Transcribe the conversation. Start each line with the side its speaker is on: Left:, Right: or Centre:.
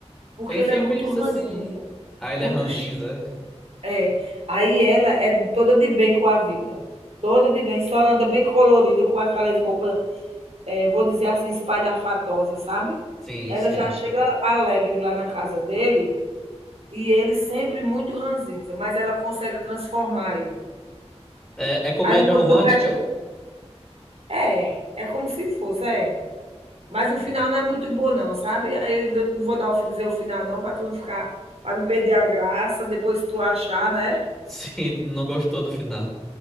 Right: porque
Centre: Tem
Right: ele
Centre: filmes
Right: é muito ranzinza,
Centre: assim. Ah, ele
Right: muito
Centre: é ranzinza.
Right: É, aí ela é toda de bem com a vida, toda de bem, só anda bem colorida com aquelas roupas, eh, vou dizer assim, espalhafatosa, sabe?
Centre: Sim,
Right: Ela
Centre: sim.
Right: já chega alegre lá na casa dele e ele sempre muito ranzinza, mas ela consegue transformar ele.
Centre: É, é comédia
Right: Aí eu vou
Centre: romântica?
Right: dizer o resto é, é como se fosse, é. Mas
Centre: Sim.
Right: o final não é muito bom não, sabe? Aí eu não vou dar o fi- dizer o final não, para tu não ficar, para não perder a graça, depois tu achar, né?
Centre: Sim, tu não gostou do final.